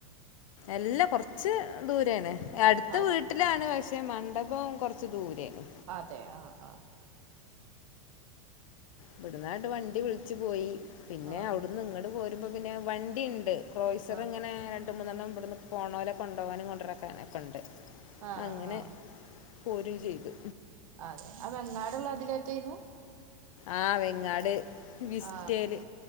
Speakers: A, on the left; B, on the right.
A: എല്ല, കൊറച്ച് ദൂരാണ്. അടുത്ത
B: അതെ
A: വീട്ട ല്ലാണ് പക്ഷെ മണ്ഡപം കുറച്ച് ദൂരെയാണ്.
B: അതെ, ആ ആ.
A: ഇവിടുന്നാങ്ങട്ട് വണ്ടി വിളിച്ചു പോയി, പിന്നെ
B: ആഹ്
A: അവിടുന്ന് ഇങ്ങട്ട് പോരുമ്പോ പിന്നെ വണ്ടിണ്ട്. ക്രോയ്സർ
B: ആഹ്
A: ഇങ്ങനെ രണ്ട് മൂന്നെണ്ണം ഇവിടുന്ന് പോണോലെ കൊണ്ടോവാനും, കൊണ്ടക്കാനൊക്കെ ഉണ്ട്.
B: ആഹ്
A: അങ്ങനെ
B: ആഹ്
A: പോരും ചെയ്തു.
B: അതെ, അ വെങ്ങാടുള്ള അതിലേറ്റെയിനു?
A: ആ, വെങ്ങാട്. വിസ്റ്റേല്
B: ആ...